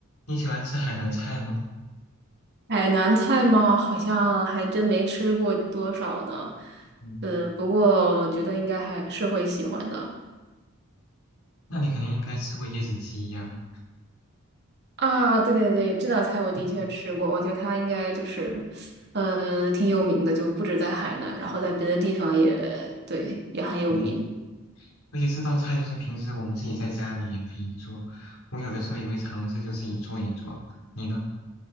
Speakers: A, on the left (about 85°); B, on the right (about 50°).
A: 你喜欢吃海南菜吗？
B: 海南菜吗？好像还真没吃过多少呢。
A: 嗯，
B: 呃，不过我觉得应该还是会喜欢的
A: 那你肯定应该吃过椰子鸡呀。
B: 啊。对对对，这道菜我的确吃过，
A: 嗯，
B: 我觉得它应该就是，呃，挺有名的，就不止在海南，然后在别的地方也对，也很有名。
A: 对，而且这道菜就是平时我们自己在家里也可以做，我有的时候也会尝试就自己做一做。你呢？